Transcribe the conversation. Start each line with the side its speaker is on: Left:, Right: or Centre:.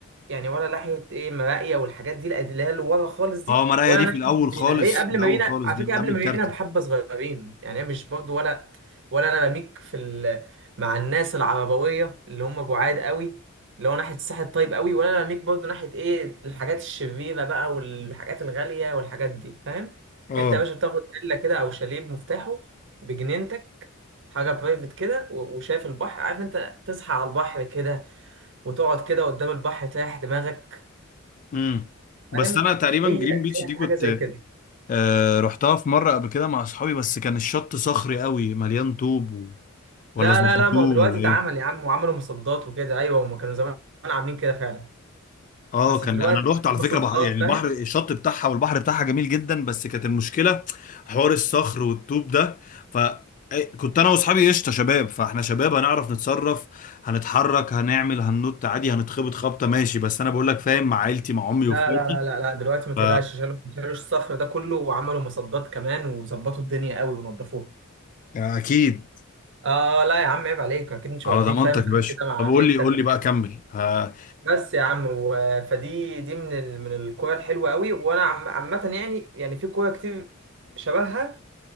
Right: يعني ولا ناحيه ايه مراقيه والحاجات دي الادلال ورا خالص دي
Left: اه مرايا
Right: ولا
Left: دي
Right: ناحيه
Left: في الاول
Right: مارينا
Left: خالص
Right: هي قبل
Left: في الاول
Right: مارينا
Left: خالص
Right: على
Left: دي
Right: فكره قبل
Left: قبل الكارته
Right: مارينا بحبه صغيرين يعني هي مش برضو ولا ولا انا بميك في ال... مع الناس العربويه اللي هم بعاد قوي اللي هو ناحيه الساحل الطيب قوي ولا انا بميك برضو ناحيه ايه الحاجات الشريره بقى والحاجات الغاليه والحاجات دي فاهم
Left: اه
Right: انت يا باشا بتاخد فيلا كده او شاليه بمفتاحه بجنينتك حاجه برايفت كده و- وشايف البحر عارف انت تصحى على البحر كده وتقعد كده قدام البحر تريح دماغك
Left: امم بس
Right: فاهم
Left: انا تقريبا
Right: هي
Left: جرين
Right: هي
Left: بيتش دي كنت
Right: حاجه زي كده
Left: آه رحتها في مرة قبل كده مع أصحابي بس كان الشط صخري قوي مليان طوب و... ولا
Right: لا
Left: ظبطوه
Right: لا لا ما هو دلوقتي
Left: ولا
Right: اتعمل
Left: إيه؟
Right: يا عم وعملوا مصدات وكده ايوه هم كانوا زمان عاملين كده فعلا
Left: اه
Right: بس
Left: كان
Right: دلوقتي
Left: انا رحت
Right: بقى
Left: على
Right: في
Left: فكره
Right: مصدات
Left: بح... يعني البحر
Right: فاهم
Left: الشط بتاعها والبحر بتاعها جميل جدا بس كانت المشكله حوار الصخر والطوب ده ف إيه، كنت انا واصحابي قشطه شباب فاحنا شباب هنعرف نتصرف هنتحرك هنعمل هننط عادي هنتخبط خبطه ماشي بس انا بقول لك فاهم مع عيلتي مع امي
Right: لا
Left: واخواتي
Right: لا لا لا لا دلوقتي ما تقلقش
Left: ف
Right: شالوا شالوا الصخر ده كله وعملوا مصدات كمان وظبطوا الدنيا قوي ونضفوها
Left: اكيد
Right: اه لا يا عم عيب عليك اكيد مش
Left: على
Right: هوديك
Left: ضمانتك
Right: فاهم حاجه
Left: يا باشا
Right: كده مع
Left: طب قول
Right: عيلتك
Left: لي قول
Right: وكده
Left: لي بقى كمل ها،
Right: بس يا عم و- فدي دي من ال... من الكوره الحلوه قوي وانا عم... عامه يعني يعني في كوره كتير شبهها